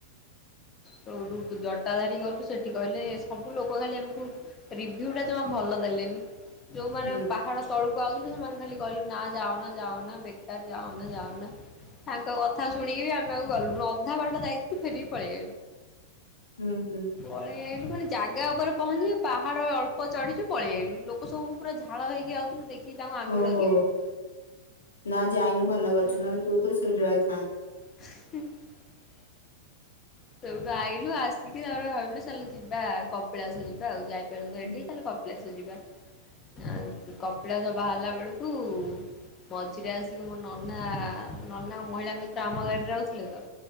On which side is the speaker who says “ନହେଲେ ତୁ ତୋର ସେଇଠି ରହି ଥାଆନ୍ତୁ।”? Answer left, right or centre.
Left